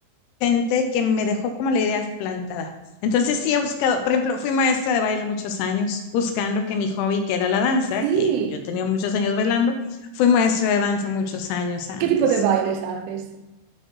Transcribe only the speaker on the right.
Sí.
¿Qué tipo de bailes haces?